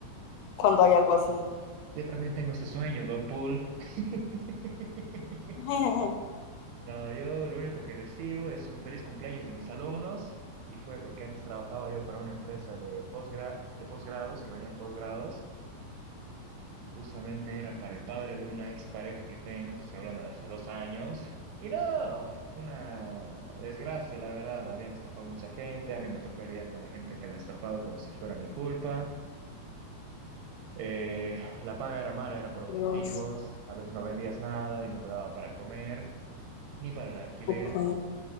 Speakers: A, on the left; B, on the right.
A: cuando hay algo así.
B: Yo también tengo ese sueño, Don Pool. <laughs>
A: <laughs>
B: No, yo lo único que recibo es un feliz cumpleaños de mis alumnos y fue porque antes trabajaba yo para una empresa de posgra de posgrados, que venían posgrados. Justamente era para el padre de una expareja que tengo, te estoy hablando de hace dos años. Y no, una desgracia, la verdad. Habían estafado mucha gente, a mí me tocó lidiar con la gente que la han estafado como si fuera mi culpa. Eh, la paga era mala, era por
A: Dios,
B: objetivos, a veces no vendías nada y no te daba para comer, ni para el alquiler.
A: ok.